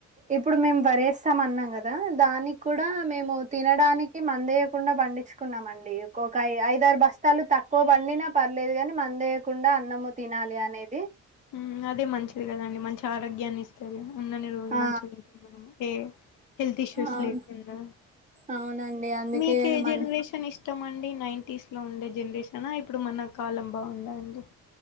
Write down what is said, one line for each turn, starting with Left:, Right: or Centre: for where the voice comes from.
Right: ఇప్పుడు మేము వరేస్తాం అన్నాం కదా దానికి కూడా మేము తినడానికి మందేయ్యకుండా పండి కున్నామండి ఒక ఐదారు బస్తాలు తక్కువ పండినా పర్లేదు కాని మందేయకుండా అన్నము తిని నాలి అనేది
Left: ఉమ్ అది మంచిది కదండి మంచి ఆరోగ్యాన్ని ఇస్తది ఉన్నని రోజులు
Right: ఆ
Left: మంచిగుంటుంది మనకు ఏ హెల్త్ ఇష్యూస్
Right: అవును
Left: లేకుండా
Right: అవునండి అందుకే
Left: మీకే
Right: మన
Left: జనరేషన్ ఇష్టం అండి అ నైన్ంటీస్ లో ఉండే జనరేషన ఇప్పుడు మన కాలం బాగుందా అండి